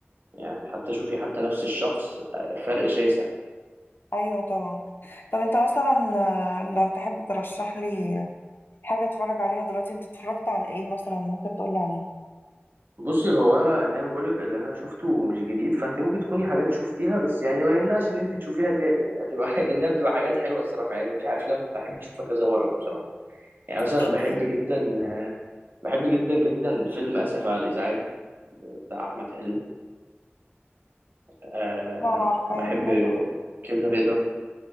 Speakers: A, on the right; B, on the left.
A: يعني حتى شوفي حتى نفس الشخص آه، فرق شاسع
B: ايوه طبعا طب انت مثلا آه، لو تحب ترشح لي حاجة اتفرج عليها دلوقتي انت اتفرجت على ايه مثلا ممكن تقولي عليه
A: بصي هو انا زي ما بقولك اللي انا شفته مش جديد فانت ممكن تكوني حاجات شفتيها بس يعني ما يمنعش ان انت تشوفيها تاني يعني هتبقى <laughs> لانها بتبقى حاجات حلوه الصراحه يعني في افلام بحب اشوفها كذا مره بصراحه يعني
B: ايه
A: مثلا بحب
B: ايه
A: جدا بحب جدا جدا فيلم اسف على الازعاج بتاع احمد حلمي أه
B: طبعا عارفاه
A: بحب
B: حلو
A: كده رضا